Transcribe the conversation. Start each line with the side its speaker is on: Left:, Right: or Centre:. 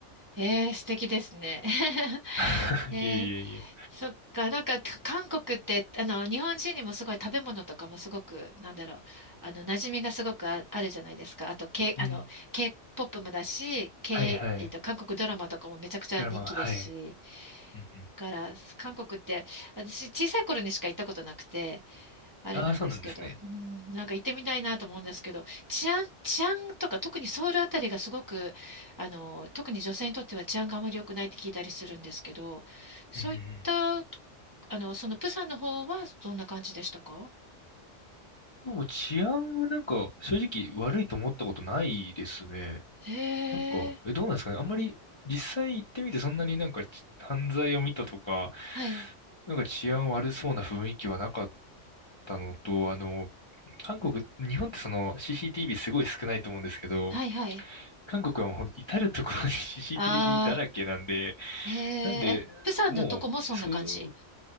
Right: え、ええ、素敵ですね。<laughs>
Left: <laughs>
Right: ええ
Left: いえいえいえ。
Right: そっか、なんか韓国って、あの、日本人にもすごい食べ物とかもすごく、なんだろう、あの、馴染みがすごくあ、あるじゃないですか。あと、K、
Left: うん。
Right: あの、K-POP もだし、K、
Left: はいはい。
Right: えっと、韓国ドラマとかもめちゃくちゃ人気ですし、
Left: ドラマは、はい。うんうん
Right: だから、韓国って、私、小さい頃にしか行ったことなくて、あれなんですけど、
Left: ああ、そうなんですね。
Right: うん、なんか行ってみたいなと思うんですけど、治安、治安とか特にソウルあたりがすごく、あの、特に女性にとっては治安があまり良くないって聞いたりするんですけど、そういった、
Left: うんうんうん。
Right: あの、そのプサンの方はどんな感じでしたか
Left: でも治安はなんか正直悪いと思ったことないですね。
Right: へえ、
Left: なんか、え、どうなんですかね。あんまり実際行ってみてそんなになんかち犯罪を見たとか、
Right: はい、
Left: なんか治安悪そうな雰囲気はなかったのと、あの、韓国、日本ってその CCTV すごい少ないと思うんですけど、
Right: はい、はい。
Left: 韓国はもう至るところに <laughs> CCTV
Right: あ
Left: だらけなんで、
Right: あ、へえ、
Left: なんで、
Right: え、プサンのとこもそんな感じ。
Left: もう、そう